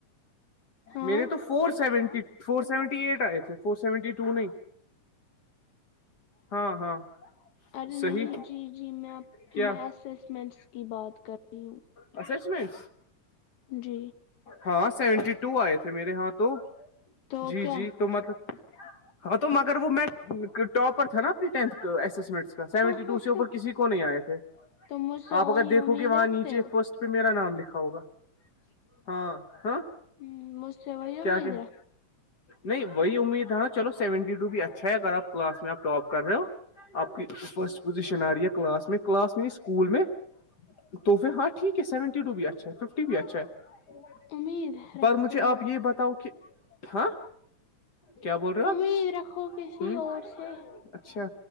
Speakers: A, on the left; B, on the left.
A: ہاں
B: میرے تو four seventy four seventy eight آئے تھے فور سیونٹی ٹو نہیں ہاں ہاں
A: ارے
B: صحیح
A: نہیں جی جی میں
B: کیا
A: میں اسسمنٹس کی بات کر رہی ہوں
B: ایسسمینٹ
A: جی
B: ہاں سیونٹی ٹو آئے تھے میرے ہاں تو
A: تو
B: جی
A: کیا
B: جی تو میرے تو ہاں تو مگر وہ میں ٹاپر تھا نا اپنی ٹینتھ کا اسمنٹ سے سیونٹی
A: ہاں ہاں
B: ٹو سے اوپر
A: ہاں
B: کسی کو نہیں آئے تھے
A: تو مجھ سے
B: آپ اگر
A: وہی
B: دیکھو
A: امید
B: کہ وہاں
A: رکھتے
B: نیچے
A: ہو
B: اس پے میرا نام لکھا ہوگا ہاں
A: ہوں مجھسے وہی
B: کیا
A: امید
B: کہ
A: رہا
B: نہیں وہی امید ہے نا چلو سیونٹی ٹو بھی اچھا ہے اگر آپ کلاس میں آپ ٹاپ کر رہے ہو آپ کی فرسٹ پوزیشن آ رہی ہے کلاس میں کلاس میں اسکول میں تو وہ ہاںٹھیک ہے سیونٹیٹو بھی اچھا ففٹی بھی اچھا ہے
A: امید
B: پر
A: رکھو
B: مجھے آپ
A: نا
B: یہ بتاؤ کہ ہاں کیا بول رہے ہو
A: امید
B: آپ
A: رکھو کسی
B: ہ
A: اور سے
B: اچھا